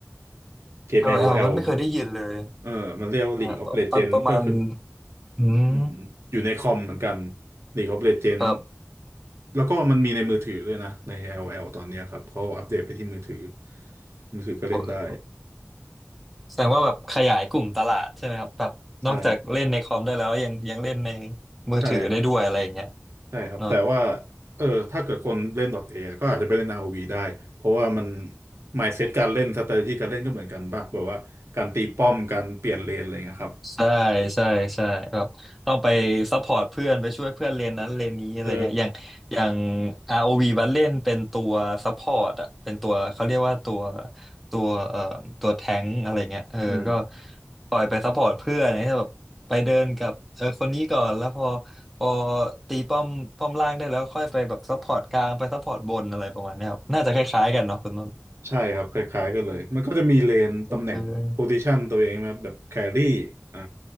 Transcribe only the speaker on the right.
เกม
LOL เออมันเรียกว่า
League of Legends ก็คือ
อืมอยู่ในคอมเหมือนกัน League of Legends
แล้วก็มันมีในมือถือด้วยนะใน LOL ตอนเนี้ยครับเขาอัปเดตไปที่มือถือมือถือก็เล่นได้
ใช่
ใช่ ใช่ครับแต่ว่า
เออถ้าเกิดคนเล่น .A ก็อาจจะไปเล่น r o ีได้เพราะว่ามัน mindset การเล่น strategy การเล่นก็เหมือนกันป่ะแบบว่าการตีป้อมการเปลี่ยนเลนอะไรเงี้ยครับ
เออ
อืม
ใช่ครับคล้ายๆกันเลยมันก็จะมีเลนตำแหน่ง
position ตัวเองนะแบบแครี่อ่ะ